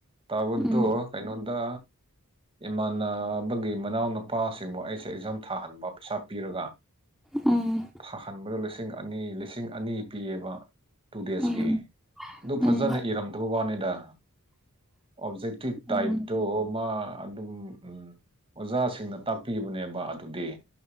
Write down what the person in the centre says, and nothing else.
ꯎꯝ
ꯎꯝ
ꯎꯝ
ꯎꯝ
ꯎꯝ